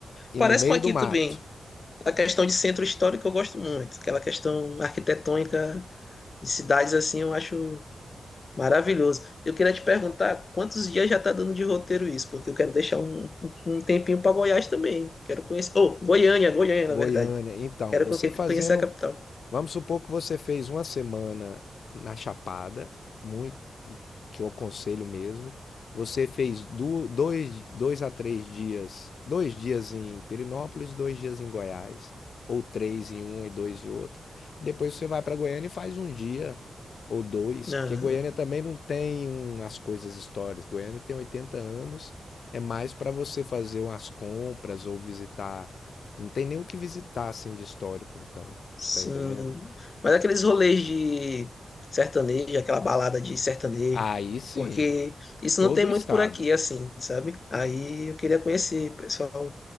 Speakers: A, on the left (about 65°); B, on the left (about 40°).
A: E
B: Parece
A: no meio
B: com aqui
A: do mato,
B: também. A questão de centro histórico eu gosto muito. Aquela questão arquitetônica de cidades assim, eu acho Maravilhoso. Eu queria te perguntar quantos dias já tá dando de roteiro isso, porque eu quero deixar um, um tempinho para Goiás também. Quero conhecer. Oh, Goiânia, Goiânia,
A: Goiânia.
B: na verdade.
A: Então,
B: Quero
A: você
B: conque-
A: fazendo.
B: conhecer a capital.
A: Vamos supor que você fez uma semana na Chapada, muito que eu aconselho mesmo. Você fez du- dois, dois a três dias, dois dias em Perinópolis, dois dias em Goiás, ou três em um e dois em outro. Depois você vai para Goiânia e faz um dia ou dois,
B: Ah,
A: porque Goiânia também não tem um as coisas históricas. Goiânia tem 80 anos, é mais para você fazer umas compras ou visitar. Não tem nem o que visitar assim de histórico, então,
B: Sim,
A: você está entendendo?
B: mas aqueles rolês de sertanejo, aquela balada de sertanejo,
A: Aí sim,
B: porque isso
A: todo
B: não tem muito
A: o estado.
B: por aqui, assim, sabe? Aí eu queria conhecer, o pessoal.